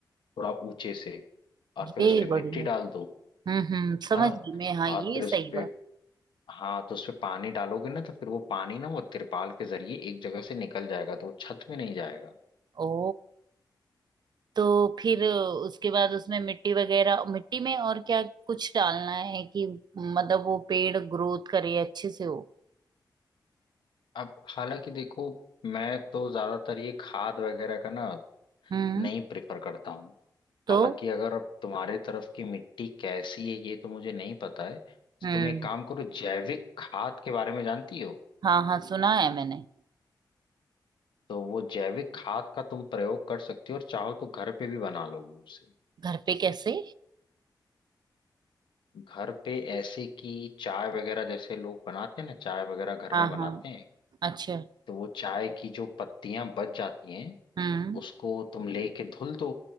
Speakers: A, on the left; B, on the right.
A: थोड़ा ऊंचे से और फिर
B: ये
A: उस पे मिट्टी
B: बढ़िया
A: डाल दो
B: हम्म हम्म समझ
A: हाँ
B: गई मैं हाँ ये
A: और फिर
B: सही
A: उस पे
B: बात
A: हाँ तो उस पे पानी डालोगे ना तो फिर वो पानी ना वो तिरपाल के जरिए एक जगह से निकल जाएगा तो वो छत में नहीं जाएगा
B: ओ तो फिर उसके बाद उसमें मिट्टी वगैरह मिट्टी में और क्या कुछ डालना है कि मतलब वो पेड़ ग्रोथ करे अच्छे से हो
A: अब हालांकि देखो मैं तो ज्यादातर ये खाद वगैरह का ना
B: हम्म
A: नहीं प्रेफर करता हूँ
B: तो
A: हालांकि अगर अब तुम्हारे तरफ की मिट्टी कैसी है ये तो मुझे नहीं पता है तो
B: हम्म
A: तुम एक काम करो जैविक खाद के बारे में जानती हो
B: हाँ हाँ सुना है मैंने
A: तो वो जैविक खाद का तुम प्रयोग कर सकती हो और चाहो तो घर पे भी बना लोगी उसे
B: घर पे कैसे
A: घर पे ऐसे कि चाय वगैरह जैसे लोग बनाते हैं ना चाय वगैरह घर
B: हाँ
A: में बनाते
B: हाँ
A: हैं
B: अच्छा
A: तो वो चाय की जो पत्तियां बच जाती हैं
B: हम्म
A: उसको तुम लेके धुल दो